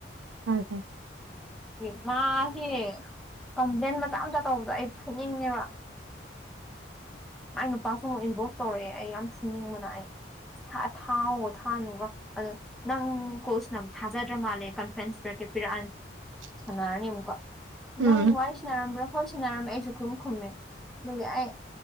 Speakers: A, on the right (about 80°); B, in the centre.
A: ꯍꯥꯌ ꯍꯥꯌ
B: ꯃꯥꯖꯦꯀꯝꯄ꯭ꯂꯦꯟ ꯃꯆꯥ ꯃꯆꯥ ꯇꯧꯕꯗꯣ ꯑꯩ ꯐꯨꯅꯤꯡꯉꯦꯕ ꯃꯥꯢ ꯅꯨꯄꯥꯁꯨ ꯑꯃꯨꯛ ꯏꯟꯕꯣꯛꯁ ꯇꯧꯔꯛꯑꯦ ꯑꯩ ꯌꯥꯝ ꯐꯨꯅꯤꯡꯕꯅ ꯑꯩ ꯊꯥꯎꯒ ꯊꯥꯅꯨꯒ ꯑꯗꯣ ꯅꯪ ꯀꯣꯜꯁꯥꯅꯕ ꯊꯥꯖꯗ꯭ꯔꯕ ꯃꯥꯜꯂꯦ ꯀꯟꯐ꯭ꯔꯦꯟꯁ ꯄꯤꯔꯛꯀꯦ ꯄꯤꯔꯛꯑꯅꯤ
A: <inaudible>
B: ꯁꯥꯟꯅꯔꯅꯤ ꯑꯃꯨꯛꯀ
A: ꯎꯝ
B: ꯅꯪ ꯋꯥꯔꯤ ꯁꯅꯔꯝꯕ꯭ꯔꯣ ꯍꯣꯏ ꯁꯥꯟꯅꯔꯝꯃꯦ ꯑꯩꯁꯨ ꯈꯨꯨꯝ ꯈꯨꯝꯃꯦ ꯑꯩ